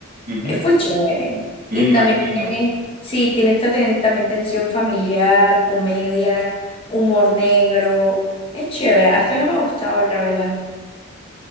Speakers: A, on the right; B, on the left.
A: es- ujú,
B: es full chévere. Y
A: me imagino.
B: también tiene, sí, tiene esta ten- también tensión familiar, comedia, humor negro, es chévere, hasta ahora me ha gustado, la verdad.